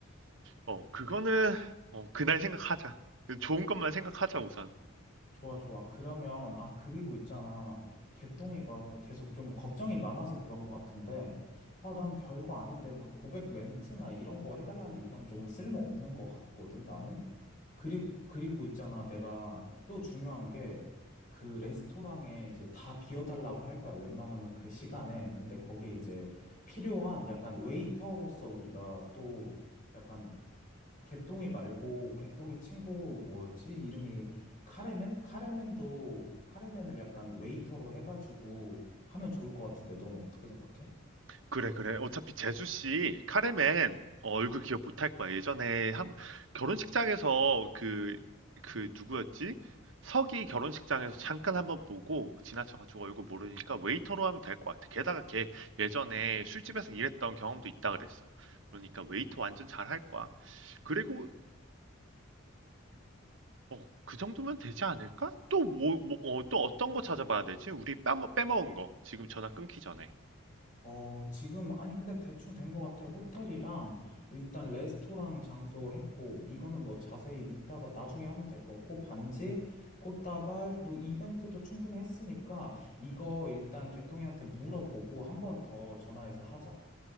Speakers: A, on the right; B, on the left.
A: 어, 그거는, 어, 그날 생각하자. 좋은 것만 생각하자, 우선.
B: 좋아, 좋아. 그러면, 아, 그리고 있잖아. 개똥이가 계속 좀 걱정이 많아서 그런 거 같은데, 아, 난 별거 아닌데, 막 고백 멘트나 이런 거 해달라는데 이건 조금 쓸모없는 거 같거든, 나는. 그리, 그리고 있잖아.
A: 음.
B: 내가 또 중요한 게, 그 레스토랑에 이제 다 비워달라고 할 거야. 웬만하면 그 시간에. 근데 거기에 이제 필요한 약간 웨이터로서 우리가 또 약간 개똥이 말고 개똥이 친구 뭐였지? 이름이 카레맨? 카레맨도 카레맨을 약간 웨이터로 해가지고 하면 좋을 것 같은데 넌 어떻게 생각해?
A: 그래, 그래. 어차피 재수 씨, 카레맨, 어, 얼굴 기억 못할 거야. 예전에 한, 결혼식장에서 그, 그, 누구였지? 석이 결혼식장에서 잠깐 한번 보고 지나쳐가지고 얼굴 모르니까 웨이터로 하면 될 것 같아. 게다가 걔 예전에 술집에서 일했던 경험도 있다 그랬어. 그러니까 웨이터 완전 잘할 거야. 그리고 어, 그 정도면 되지 않을까? 또 뭐, 뭐, 어, 또 어떤 거 찾아봐야 되지? 우리 빼먹, 빼먹은 거. 지금 전화 끊기 전에.
B: 어, 지금 아니 근데 대충 된 것 같아. 호텔이랑 일단 레스토랑 장소 했고 이거는 뭐 자세히 이따가 나중에 하면 될 것 같고 반지, 꽃다발 그리고 이벤트도 충분히 했으니까 이거 일단 개똥이한테 물어보고 한 번 더 전화해서 하자.